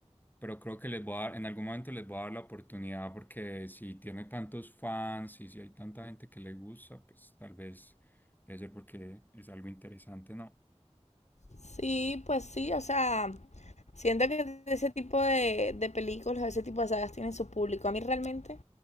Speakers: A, on the left; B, on the left.
A: pero creo que les voy a dar, en algún momento les voy a dar la oportunidad porque si tiene tantos fans y si hay tanta gente que le gusta, pues tal vez debe ser porque es algo interesante, ¿no?
B: Sí, pues sí, o sea, siento que ese tipo de, de películas, ese tipo de sagas tienen su público. A mí realmente